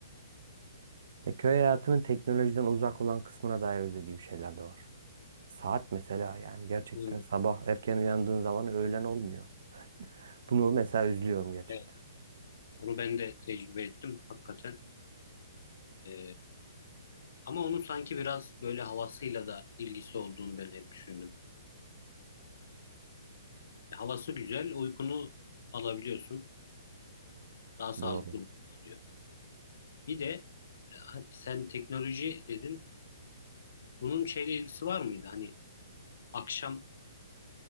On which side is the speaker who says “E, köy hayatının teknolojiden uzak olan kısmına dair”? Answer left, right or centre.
Right